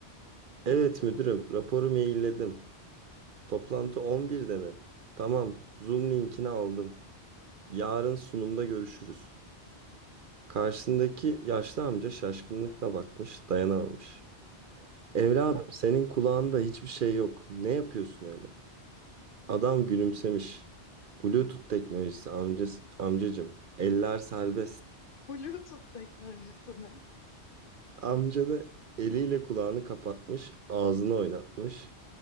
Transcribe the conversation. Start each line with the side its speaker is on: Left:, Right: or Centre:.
Right: Evet müdürüm raporu mailledim. Toplantı 11'de mi? Tamam Zoom linkini aldım. Yarın sunumda görüşürüz. Karşısındaki yaşlı amca şaşkınlıkla bakmış dayanamamış. Evladım senin kulağında hiçbir şey yok. Ne yapıyorsun öyle? Adam gülümsemiş. Bluetooth teknolojisi amcası, amcacım. Eller serbest.
Left: Bluetooth teknolojisi mi?
Right: Amca da eliyle kulağını kapatmış, ağzını oynatmış.